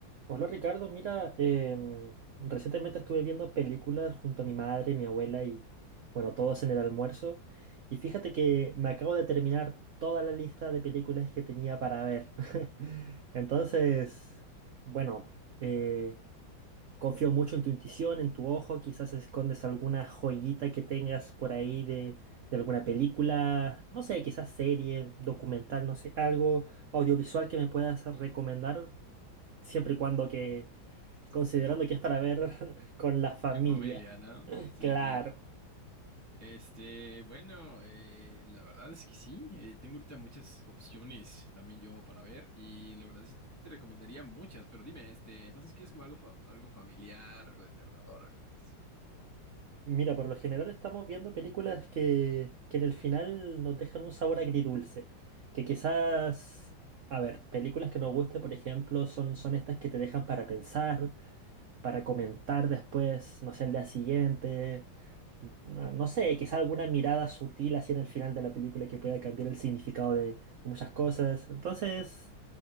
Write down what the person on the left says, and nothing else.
En familia, ¿no? Sí,
claro. Este, bueno, eh, la verdad es que sí. eh, tengo ahorita muchas opciones también yo para ver y la verdad sí te recomendaría muchas, pero dime, este, entonces quieres como algo, fa- algo familiar, algo de terror, algo de acción.